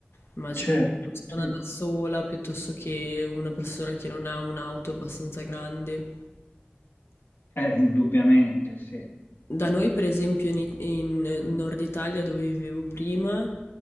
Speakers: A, on the left; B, on the left.
A: immagino
B: Certo,
A: una persona
B: sì.
A: da sola piuttosto che una persona che non ha un'auto abbastanza grande.
B: Eh, indubbiamente, sì.
A: Da noi, per esempio, in, It- in eh, Nord Italia, dove vivevo prima,